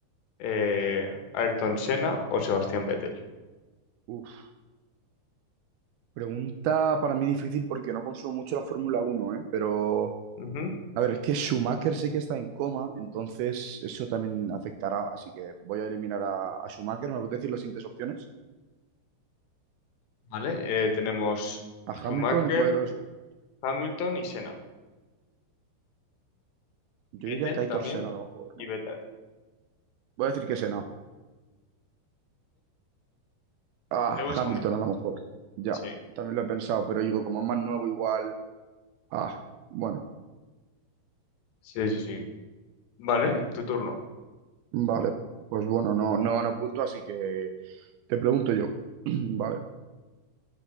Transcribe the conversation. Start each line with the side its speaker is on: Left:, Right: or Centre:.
Left: eh, Ayrton Senna o Sebastián Vettel?
Right: Uf. Pregunta para mí difícil porque no consumo mucho la Fórmula Uno, ¿eh? Pero,
Left: Ujú,
Right: a ver, es que Schumacher sé que está en coma, entonces eso también afectará, así que voy a eliminar a, a Schumacher. ¿Me puedes decir las siguientes opciones?
Left: Vale, eh, tenemos
Right: A
Left: Schumacher,
Right: Hamilton y cuál era los otros.
Left: Hamilton y Senna.
Right: Yo
Left: Vettel
Right: diría que Aitor
Left: también
Right: Senna a lo mejor,
Left: y
Right: ¿no?
Left: Vettel.
Right: Voy a decir que Senna. Ah,
Left: Lewis
Right: Hamilton
Left: Hamilton.
Right: a lo mejor. Ya,
Left: Sí,
Right: también lo he pensado, pero digo, como es más nuevo igual... Ah, bueno,
Left: sí, sí, sí. Vale, tu turno.
Right: vale. Pues bueno, no, no gano punto, así que te pregunto yo. <clears throat> Vale.